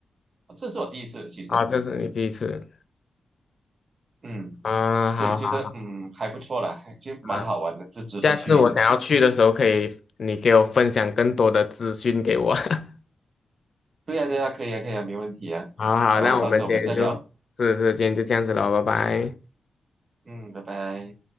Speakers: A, on the right; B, on the left.
A: 这是我第一次，其实，
B: 啊，这是你第一次
A: 嗯，
B: 啊，好好
A: 所以觉得嗯还不错啦，还就蛮好玩的，
B: 好。
A: 就值得去的。
B: 下次我想要去的时候，可以你给我分享更多的资讯给我。<laughs>
A: 对呀、对呀、可以啊，可以啊，没问题啊。
B: 好好，
A: 然后到时候我们再聊，
B: 那我们今天就，是是，今天就这样子了，拜拜。
A: 嗯，拜拜。